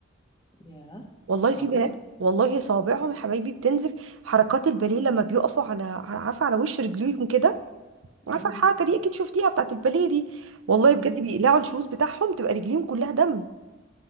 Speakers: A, on the left; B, on the right.
A: ياه
B: والله
A: معقوله
B: في بنات والله صوابعهم يا حبايبي بتنزف حركات الباليه لما بيقفوا على على- عارفه على وش رجليهم كده عارفه
A: ايوه
B: الحركه دي اكيد شفتيها بتاعت الباليه دي والله
A: امم
B: بجد بيقلعوا الشوز بتاعهم تبقى رجليهم كلها دم